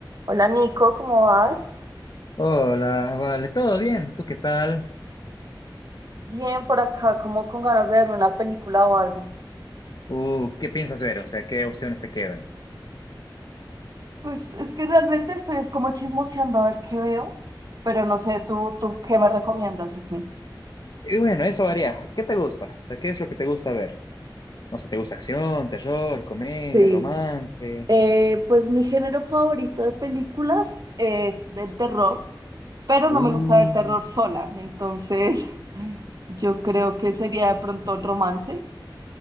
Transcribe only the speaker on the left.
Hola, vale, ¿todo bien? ¿Tú qué tal?
Uh, ¿qué piensas ver? O sea, ¿qué opciones te quedan?
Y bueno, eso varía. ¿Qué te gusta? O sea, ¿qué es lo que te gusta ver? No sé, ¿te gusta acción, terror, comedia,
romance?
Uh,